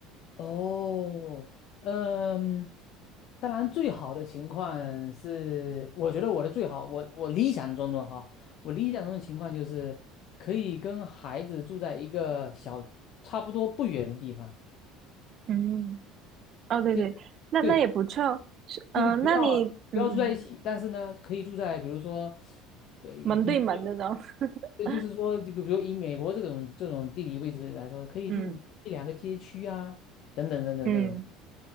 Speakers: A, on the left (about 60°); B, on the right (about 50°).
A: 哦，嗯，当然最好的情况是，我觉得我的最好，我我理想中的哈，我理想中的情况就是可以跟孩子住在一个小差不多不远的地方，
B: 嗯，哦，对对，
A: 就是对，
B: 那那也不错。是，嗯、
A: 就是不要不要住在一起，
B: 那你，嗯嗯，
A: 但是呢，可以住在比如说，呃，你比如
B: 门对门的呢？<laughs>
A: 呃就是说，就比如以美国这种这种地理位置来说，可以住一两个街区啊，
B: 嗯
A: 等等等等这种。
B: 嗯